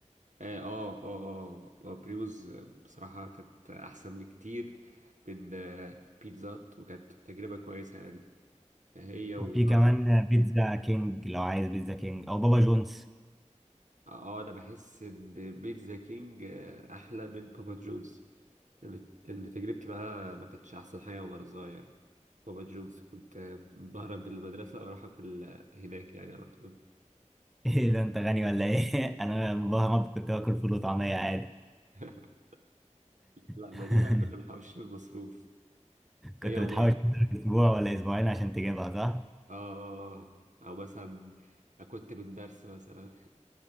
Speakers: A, on the right; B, in the centre.
A: اه اه اه آه، آه، بريموز بصراحة كانت أحسن بكتير من آه، بيتزا هات وكانت تجربة كويسة يعني هي و
B: وفي كمان
A: اه
B: آه، بيتزا كينج لو عايز بيتزا كينج او بابا جونز
A: آه، أنا بحس إن بيتزا كينج آه، أحلى من بابا جونز لأن لأن تجربتي معاه ما كانتش أحسن حاجة وأنا صغير بابا جونز كنت آه، بهرب من المدرسة وأروح أكل آه، هناك يعني على طول
B: <laughs> ايه ده انت غني ولا ايه <laughs> انا مبهرب كنت باكل فول وطعميه عادي
A: <laughs> لا
B: <laughs>
A: ما دي بقى كنا محوشين المصروف هي
B: كنت
A: وماك
B: بتحاول تشتغل اسبوع ولا اسبوعين عشان تجيبها صح
A: اه آه، آه. آه، أو مثلا آه، كنت من درس مثلا